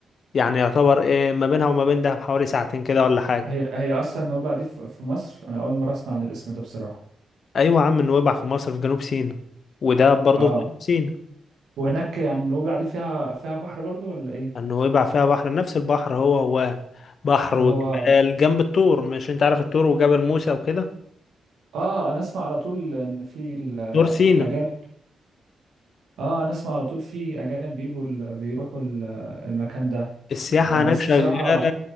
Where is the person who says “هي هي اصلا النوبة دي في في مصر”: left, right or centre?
Right